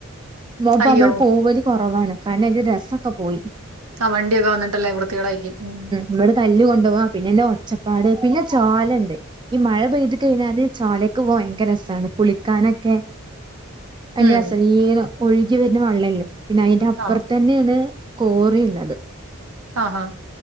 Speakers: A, on the right; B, on the right.
A: <unintelligible>
B: അയ്യോ!
A: പോവല് കൊറവാണ് കാരണം അയിന്റെ രസൊക്ക പോയി
B: ആഹ് വണ്ടിയൊക്കെ വന്നിട്ടല്ലേ വൃത്തികേടായിരിക്ക്യും ഉം
A: മ്മട് കല്ല് കൊണ്ടോവാ പിന്നെയെന്നാ ഒച്ചപ്പാട് പിന്നെ ചോലണ്ട് ഈ മഴ പെയ്ത് കഴിഞ്ഞാല് ചോലക്കെ ഭയങ്കര രസാണ് കുളിക്കാനൊക്കെ ഭയങ്കര
B: ഉം.
A: രസാണ് <unintelligible> ഒഴുകി വെര്ന്ന വള്ളല്ലേ പിന്നെ അയിന്റെ അപ്പറ്ത്തന്നേണ്
B: ആ.
A: കോറി ഇള്ളത്
B: ആഹ് ഹാ